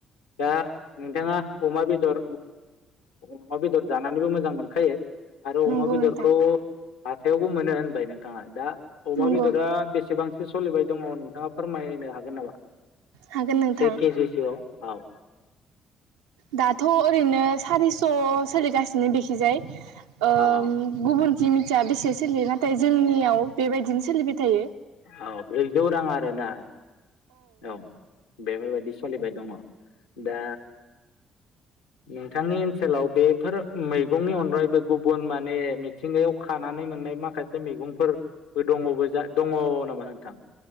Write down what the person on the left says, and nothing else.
दा नोंथाङा अमा बेदर अमा बेदर जानानैबो मोजां मोनखायो आरो
अमा बेदरखौ
हाथायावबो मोनो होनबाय नों थाङा दा अमा
बेदरा बेसेबां बे सलिबाय दङ नोंथाङा फोरमायनो हागोन नामा?
से केजि सो आव औ
औ
औ ब्रैजौ रां आरो ना? औ बेफोरबायदि सोलिबाय दङ। दा नोंथांनि ओनसोलाव बेफोर मैगंनि अनगायैबो गुबुन माने मिथिंगायाव खानानै मोननाय माखासे मैगंफोरबो दङबोजा, दङ नामा नोंथां?